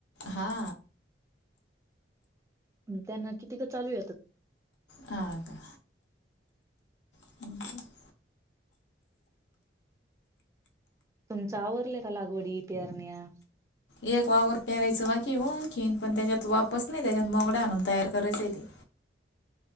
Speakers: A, on the left; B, on the right.
A: हा.
B: त्यांना किती का चालू
A: हा का. <unintelligible>
B: तुमचं आवरलंय का लागवडी प्यारण्या
A: एक वावर पेरायचं बाकी आहे आणखीन पण त्याच्यात वापच नाही त्याच्यात मोड आणून तयार करायचं आहे तेे